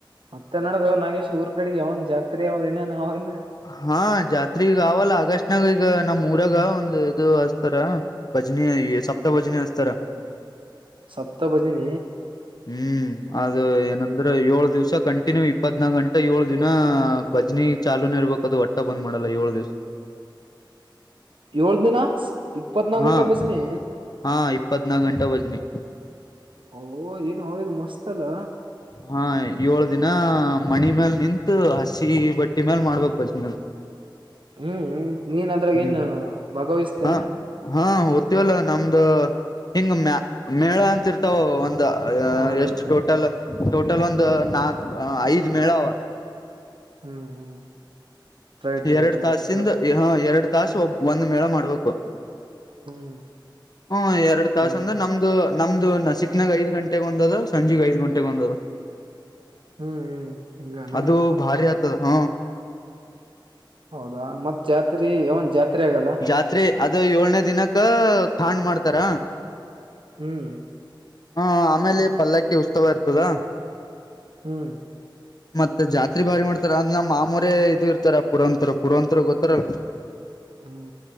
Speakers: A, on the right (about 80°); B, on the left (about 50°).
A: ಮಾತೇನ್ ನದ್ದುಡ್ ನಾಗೇಶ್ ಊರ್ ಕಡೆಗೆ ಅವಾವನ್ ಜಾತ್ರೆ ಯಾವ ಏನ್ರ ಅವೇನು.....
B: ಹಾ ಜಾತ್ರಿ ಇಗ್ ಅವಲ್ಲಾ ಆಗಸ್ಟ್ನಾಗ್ ಈಗ ನಮ್ ಊರಾಗ್ ಒಂದ್ ಇದು ಹಚ್ತಾರ...... ಭಜನೆ ಸಪ್ತ ಭಜನೆ <unintelligible>
A: ಸಪ್ತಪದಿ.....
B: ಹ್ಮ್ ಅದು ಏನ....... ಅದ್ರ ಏಳ ದಿವಸ ಕಂಟಿನ್ಯೂ ಇಪ್ಪತ್ನಾಕ ಗಂಟಾ ಏಳು ದಿನ ಭಜನಿ ಚಾಲೂನ ಇರ್ಬೇಕ ಅದು......... ಬಂದ್ ಮಾಡಲ್ಲ ಏಳ ದಿನ್....
A: ಏಳ ದಿನ....... ಇಪ್ಪತ್ನಾಕ್
B: ಹಾ
A: ಗಂಟೆ ಬಸ್ನಿ
B: ಹಾ ಇಪ್ಪತ್ನಾಕ ಗಂಟೆ ಭಜನೆಿ
A: ಓ ಏನು ಅವಿದ ಮಸ್ತ್ ಅಲ್ಲ
B: ಹಾ ಏಳ ದಿನ ಮಣಿ ಮ್ಯಲ್ ನಿಂತು ಹಸಿ ಬಟ್ಟಿ ಮ್ಯಲ್ ಮಾಡ್ಬೇಕಕ್ ಬಜ್ನೆಲ್
A: ಹ್ಮ್ ಹ್ಮ್ ನೀನ್ ಅದ್ರಾಗೇಏನ್
B: ಹ್ಮ್
A: ಭಾಗವಿಸ್ತೇನ
B: ಹ ಹಾ ್ತವಲ್ಲ ನಮ್ದ ಹಿಂಗ ಮ ಮೇಳ ಅಂತಿರ್ತಾವ ಒಂದ
A: ಹಾ ರೈಟ್
B: ಎಷ್ಟು
A: ರೈಟ್
B: ಟೋಟಲ್ ಟೋಟಲ್ ಒಂದು ನಾಕ್ ಐದ್ ಮೇಳ ಅವ
A: ಹ್ಮ್ ಹ್ಮ್ ರೈಟ್ ರೈಟ್
B: ಎರಡ್
A: ರೈಟ್
B: ತಾಸಿಂದ
A: ಅದ
B: ಹ ಎರಡ್ ತಾಸ ಒಬ್ಬ ಒಂದ್ ಮೇಳ ಮಾಡ್ಬೇಕು
A: ಹ್ಮ್
B: ಹ್ಮ ಎರಡು ತಾಸ
A: ಹಿಂಗನ್
B: ಅಂದನ್... ಅ ನಮ್ದು ನಾಸಿಕ್ ನಾಗ್ ಐದ ಗಂಟೆಗೆ ಒಂದ ಅದಾ ಸಂಜಿಗೆ ಐದ ಗಂಟೆಗೆ ಒಂದ ಅದ್....
A: ಹ್ಮ್ ಹ್ಮ್..... ಹಿಂಗಾನ
B: ಅದು ಭಾರಿ ಆತದ್......
A: ಹೌದಾ ಮತ್ತ್ ಜಾತ್ರೆ ನ್ ಜಾತ್ರೆ ಆಗಲ್ಲ
B: ಜಾತ್ರಿ ಅದು ಏಳ್ನೇ ದಿನಕ್ಕ ಖಾಂಡ್ ಮಾಡ್ತಾರ
A: ಹ್ಮಞ
B: ಹಾ ಆಮೇಲೆ ಪಲ್ಲಕ್ಕಿ ಉತ್ಸವ ಇರ್ತದಾ
A: ಹ್ಮ್
B: ಮತ್ತೆ ಜಾತ್ರಿ ಭಾರಿ ಮಾಡ್ತಾರ ಅಂದ್ ನಮ್ ಆಮರ ಇದು ಇರ್ತಾರ ಪುರಾಂತರ ಪುರಾಂಂತರ ಗೊತ್ತಾರಲ್ಲ
A: ಹ್ಮ್